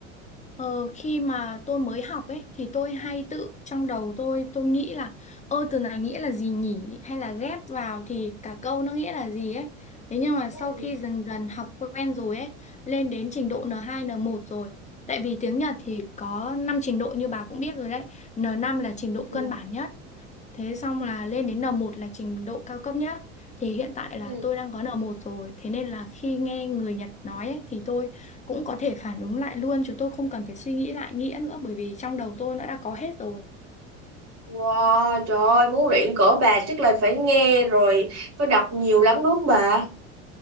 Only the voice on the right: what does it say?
Ừ.
ừ,
ừ.
Wow, trời ơi, muốn luyện cỡ bà chắc là phải nghe rồi, phải đọc nhiều lắm đúng không bà?